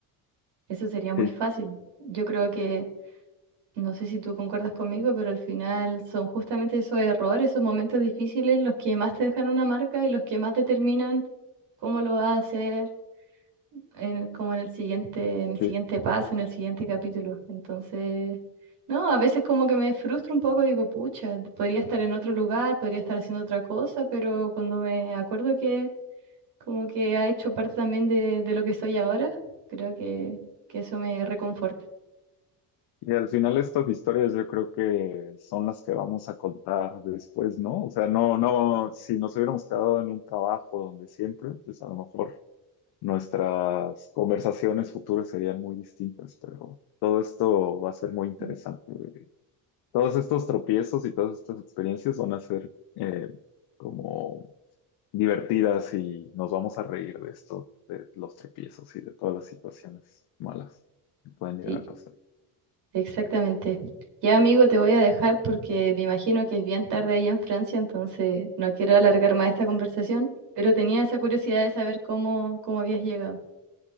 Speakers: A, on the right (about 70°); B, on the left (about 65°).
A: eso sería muy
B: Sí,
A: fácil. Yo creo que, no sé si tú concuerdas conmigo, pero al final son justamente esos errores, esos momentos difíciles los que más te dejan una marca y los que más determinan cómo lo haces, en- como en el siguiente, en el siguiente
B: sí.
A: paso, en el siguiente capítulo. Entonces, no, a veces como que me frustro un poco, digo, pucha, podría estar en otro lugar, podría estar haciendo otra cosa, pero cuando me acuerdo que como que ha hecho parte también de, de lo que soy ahora, creo que, que eso me reconforta.
B: Y al final estas historias yo creo que son las que vamos a contar después, ¿no? O sea, no, no, si nos hubiéramos quedado en un trabajo donde siempre, pues a lo mejor nuestras conversaciones futuras serían muy distintas, pero todo esto va a ser muy interesante.
A: Mm.
B: Todos estos tropiezos y todas estas experiencias van a ser eh, como divertidas y nos vamos a reír de esto, de los tropiezos y de todas las situaciones malas que pueden llegar
A: Sí,
B: a pasar.
A: exactamente. Ya, amigo, te voy a dejar porque me imagino que es bien tarde ahí en Francia, entonces no quiero alargar más esta conversación, pero tenía esa curiosidad de saber cómo, cómo habías llegado.